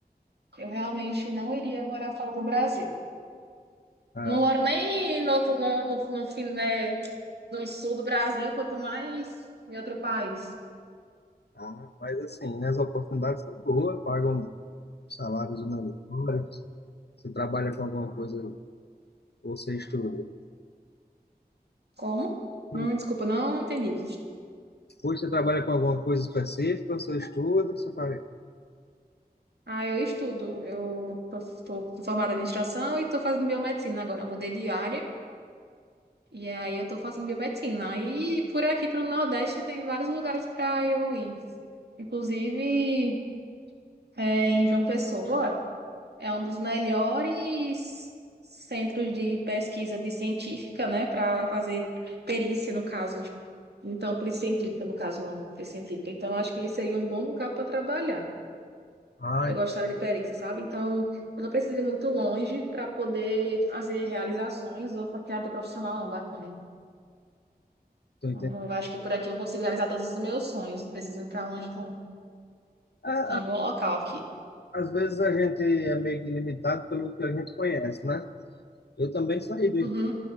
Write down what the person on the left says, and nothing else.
ah,
ah, mas assim, né, as oportunidades são boas, pagam salários humanitários, você trabalha com alguma coisa ou você estuda.
Ou
você trabalha com alguma coisa específica, ou você estuda, você fala,
ah,
tô
entendendo.
Ah,
ah,
Às vezes a gente é meio que limitado pelo que a gente conhece, né? Eu também saí do